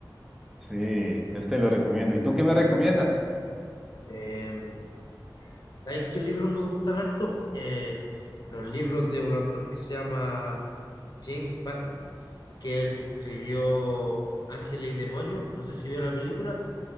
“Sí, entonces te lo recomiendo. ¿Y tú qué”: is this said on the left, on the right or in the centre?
Centre